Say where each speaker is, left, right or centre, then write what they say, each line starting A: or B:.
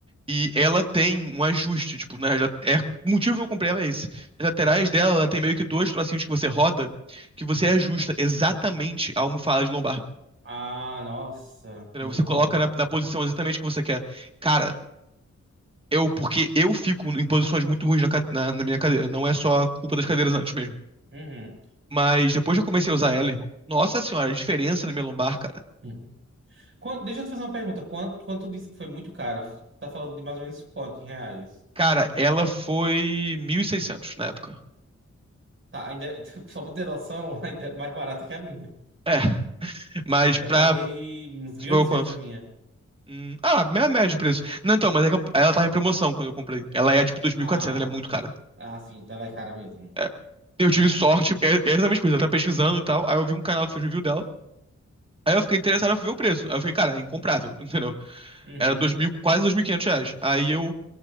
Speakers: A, on the right; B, on the right.
A: E ela tem um ajuste, tipo, né? já- É, o motivo que eu comprei ela é esse. As laterais dela, ela tem meio que dois trocinhos que você roda, que você ajusta exatamente a almofada de lombar.
B: Ah, nossa,
A: entendeu?
B: muito
A: Você coloca
B: bom.
A: na na posição exatamente que você quer. Cara, Eu, porque eu fico em posições muito ruins na, cade- na- na minha cadeira. Não é só a culpa das cadeiras antes mesmo.
B: Uhum.
A: Mas depois que eu comecei a usar ela, irmão, nossa senhora, a diferença na minha lombar, cara.
B: Uhum. Quan- deixa eu te fazer uma pergunta. Quanto, quanto tu disse que foi muito caro? Tá falando de mais ou menos quanto em reais?
A: Cara, ela foi 1.600 na época.
B: Tá, ainda, <laughs> só pra ter noção, <laughs> ainda é mais barata que a minha.
A: É, mas
B: Eu
A: pra.
B: paguei uns mil
A: Você pagou
B: e oitocentos
A: quanto?
B: a minha.
A: Hum, ah, minha média de preço. Não, então, mas é que eu- ela tava em promoção quando eu comprei. Ela é tipo 2.400,
B: Ah,
A: ela é muito cara.
B: ah, sim, tá lá cara mesmo.
A: É. Eu tive sorte, é é exatamente por isso. Eu tava pesquisando e tal. Aí eu vi um canal que fez review dela. Aí eu fiquei interessado, eu fui ver o preço. Aí eu fiquei, cara, é incomprável, <laughs> entendeu?
B: Uhum.
A: Era dois mil quase dois mil e quinhentos reais. Aí eu